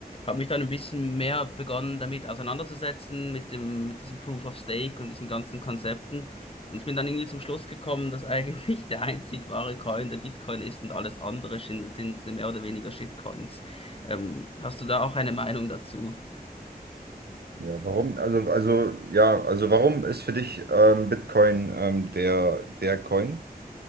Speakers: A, on the left; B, on the right.
A: habe mich dann ein bisschen mehr begonnen damit auseinanderzusetzen mit dem, mit diesem Proof of Stake und diesen ganzen Konzepten. Und ich bin dann irgendwie zum Schluss gekommen, dass eigentlich <laughs> der einzig wahre Coin der Bitcoin ist und alles andere sind, sind mehr oder weniger Shitcoins. Ähm, hast du da auch eine Meinung dazu?
B: Ja, warum? Also, also, ja, also warum ist für dich ähm, Bitcoin ähm, der, der Coin?